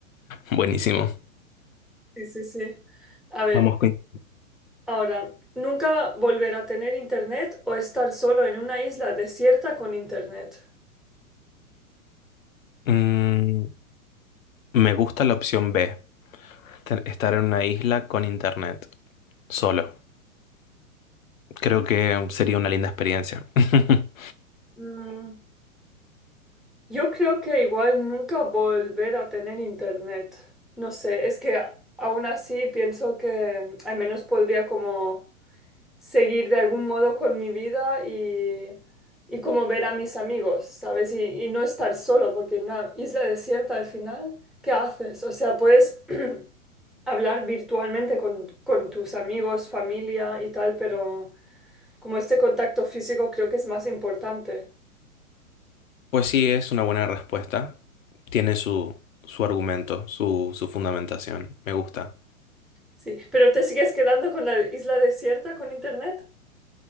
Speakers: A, on the left; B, in the centre.
A: Buenísimo.
B: Sí, sí, sí. A ver,
A: Vamos con...
B: ahora, ¿nunca volver a tener internet o estar solo en una isla desierta con internet?
A: Mm, me gusta la opción B, te- estar en una isla con internet, solo. Creo que sería una linda experiencia. <laughs>
B: Mm, yo creo que igual nunca volver a tener internet. No sé, es que a- aún así pienso que mm, al menos podría como seguir de algún modo con mi vida y, y como ver a mis amigos, ¿sabes? Y, y no estar solo, porque en una isla desierta al final, ¿qué haces? O sea, puedes <clears throat> hablar virtualmente con, con tus amigos, familia y tal, pero como este contacto físico creo que es más importante.
A: Pues sí, es una buena respuesta. Tiene su, su argumento, su, su fundamentación. Me gusta.
B: Sí, pero ¿te sigues quedando con la isla desierta con internet?